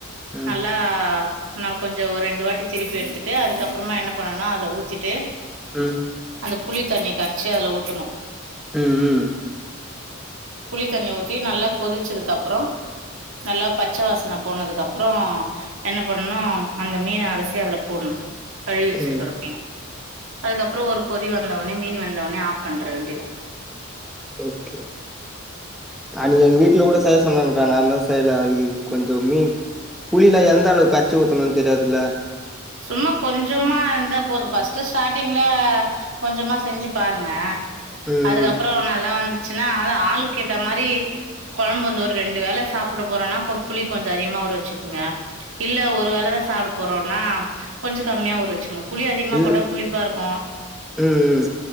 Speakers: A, in the centre; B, on the right.
A: ம்,
B: நல்லா னால் கொஞ்சோ ஒரு ரெண்டு வாட்டி திருப்பி எடுத்துட்டு அதுக்கப்புறமா என்ன பண்ணனுன்னா அதுல ஊத்திட்டு
A: ம்
B: அந்த புளி தண்ணிய கரைச்சு அதுல ஊத்தணு.
A: ம் ம்
B: புளி தண்ணி ஊத்தி நல்லா கொதிச்சது க்கப்றோ நல்லா பச்ச வாசன போனதுக்கு அப்றோ என்ன பண்ணனு அந்த மீன அலசி அதுல போடணு. கழுவி வச்சிருக்கற
A: ம்,
B: மீன. அதுக்கப்றோ ஒரு கொதி வந்தவுட்னே மீன் வெந்தவுட்னே ஆஃப் பண்ற வேண்டியதா
A: ஓகே நாளைக்கி எங்க வீட்ல கூட செய்ய சொன்னாங்க்கா நாந்தா செய்யல அது இது கொஞ்ச மீன் புளிலா எந்த அளவுக்கு கரச்சி ஊத்தணுன்னு தெரியாதுல்ல.
B: சும்மா கொஞ்சமா இருந்தா போது. ஃபஸ்ட்டு ஸ்டார்டிங்ல கொஞ்சமா செஞ்சு பாருங்க.
A: ம்
B: அதுக்கப்றோ
A: ம்
B: நல்லா வந்துச் சுன்னா அது ஆளுக்கேத்தா மாரி கொழம்பு வந்து ஒரு ரெண்டு வேள சாப்படப் போறோன்னா கொ புளி கொஞ்ச அதிகமா ஊற வச்சுக்குங்க இல்ல ஒரு வேளதா சாப்ட போறோன்னா கொஞ்ச கம்மியா ஊற வச்சுக்ங்க புளி அதிகமா
A: இது
B: போட்டா புளிப்பா இருக்கு.
A: ம் ம்